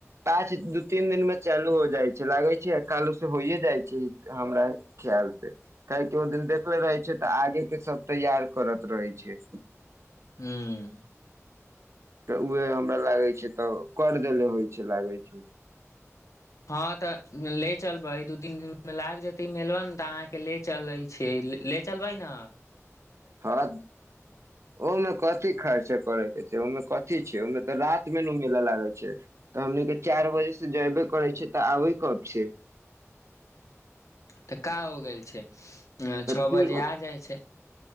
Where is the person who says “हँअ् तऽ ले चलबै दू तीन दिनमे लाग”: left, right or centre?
Left